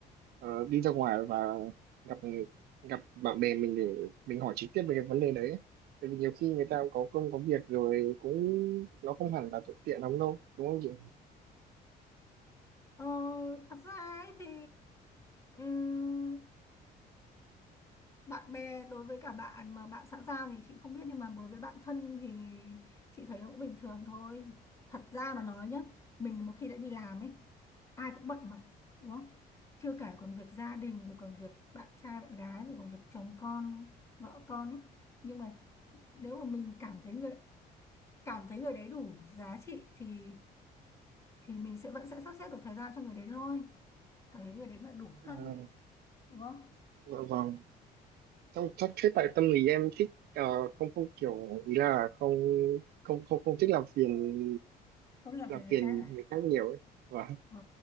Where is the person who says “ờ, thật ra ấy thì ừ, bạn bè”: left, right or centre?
Left